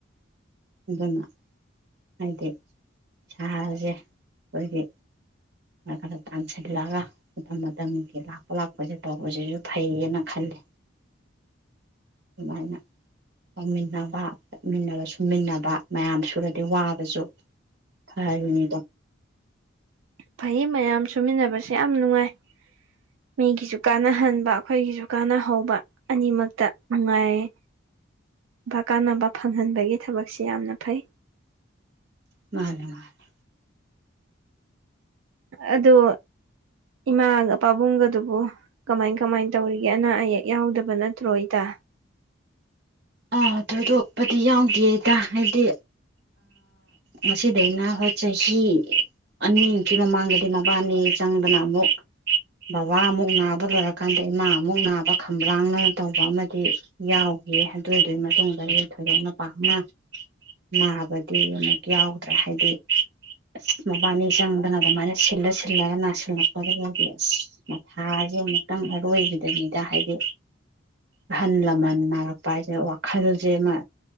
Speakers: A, on the right; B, on the right.
A: ꯑꯗꯨꯅ ꯍꯥꯏꯗꯤ ꯁꯥꯁꯦ ꯑꯩꯈꯣꯏꯒꯤ ꯈꯔ ꯇꯥꯟꯁꯤꯜꯂꯛꯑꯒ ꯃꯇꯝ ꯃꯇꯝꯒꯤ ꯂꯥꯛꯄ ꯂꯥꯛꯄꯁꯦ ꯇꯧꯕꯁꯤꯁꯨ ꯐꯩꯌꯦꯅ ꯈꯂꯦ ꯑꯗꯨꯃꯥꯏꯅ ꯇꯧꯃꯤꯟꯅꯕ ꯆꯠꯃꯤꯟꯅꯕ ꯁꯨꯝꯃꯤꯟꯅꯕ ꯃꯌꯥꯝ ꯁꯨꯔꯗꯤ ꯋꯥꯕꯁꯨ ꯐꯔꯤꯅꯤꯗꯣ
B: ꯐꯩ ꯃꯌꯥꯝ ꯁꯨꯃꯤꯟꯅꯕꯁꯦ ꯌꯥꯝ ꯅꯨꯡꯉꯥꯏ ꯃꯤꯒꯤꯁꯨ ꯀꯥꯅꯍꯟꯕ ꯑꯩꯈꯣꯏꯒꯤꯁꯨ ꯀꯥꯟꯅꯍꯧꯕ ꯑꯅꯤꯃꯛꯇ ꯅꯨꯡꯉꯥꯏꯌꯦ ꯀꯥꯟꯅꯕ ꯐꯪꯍꯟꯕꯒꯤ ꯊꯕꯛꯁꯤ ꯌꯥꯝꯅ ꯐꯩ
A: ꯃꯥꯅꯦ ꯃꯥꯅꯦ
B: ꯑꯗꯣ ꯏꯃꯥꯒ ꯄꯥꯕꯨꯡꯒꯗꯨꯕꯨ ꯀꯃꯥꯏ ꯀꯃꯥꯏꯅ ꯇꯧꯔꯤꯒꯦ ꯑꯅꯥ ꯑꯌꯦꯛ ꯌꯥꯎꯗꯕ ꯅꯠꯇ꯭ꯔꯣ ꯏꯇꯥ
A: ꯑꯥ ꯊꯣꯏꯗꯣꯛꯄꯗꯤ ꯌꯥꯎꯗꯦꯗ ꯍꯥꯏꯗꯤ ꯉꯁꯤꯗꯩꯅ ꯍꯣꯏ ꯆꯍꯤ ꯑꯅꯤꯃꯨꯛꯀꯤ ꯃꯃꯥꯡꯗꯗꯤ ꯃꯕꯥꯅꯤ ꯆꯪꯗꯅ ꯑꯃꯨꯛ ꯕꯕꯥ ꯑꯃꯨꯛ ꯅꯥꯕ ꯂꯣꯏꯔꯀꯥꯟꯗ ꯏꯃꯥ ꯑꯃꯨꯛ ꯅꯥꯕ ꯈ꯭ꯔꯥꯡꯅ ꯇꯧꯕ ꯑꯃꯗꯤ ꯌꯥꯎꯈꯤ ꯑꯗꯨꯗꯨꯒꯤ ꯃꯇꯨꯡꯗꯗꯤ ꯊꯣꯏꯗꯣꯛꯅ ꯄꯥꯡꯅ ꯅꯥꯕꯗꯤ ꯑꯃꯨꯛ ꯌꯥꯎꯗ꯭ꯔꯦ ꯍꯥꯏꯗꯤ ꯑꯁ ꯃꯕꯥꯅꯤ ꯆꯪꯗꯅ ꯑꯗꯨꯃꯥꯏꯅ ꯁꯤꯜꯂ ꯁꯤꯜꯂꯒ ꯅꯥꯁꯤꯜꯂꯛꯄꯗꯤ ꯑꯁ ꯃꯊꯥꯁꯦ ꯑꯃꯨꯛꯇꯪ ꯑꯔꯣꯏꯕꯤꯗꯅꯤꯗ ꯍꯥꯏꯗꯤ ꯑꯍꯜ ꯂꯃꯟ ꯅꯥꯔꯛꯄ ꯄꯥꯏꯁꯦ ꯋꯥꯈꯜꯁꯦ ꯑꯃ